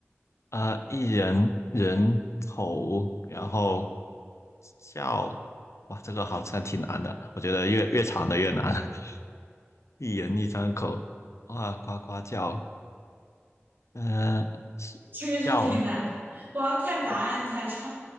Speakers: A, on the left (about 85°); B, on the right (about 45°).
A: 呃，一人人口，然后叫。哇，这个好像挺难的，我觉得越越长的越难。<laughs> 一人一张口，哇，呱呱叫。呃，是叫，
B: 这个是挺难的，我要看答案才知道。
A: 哦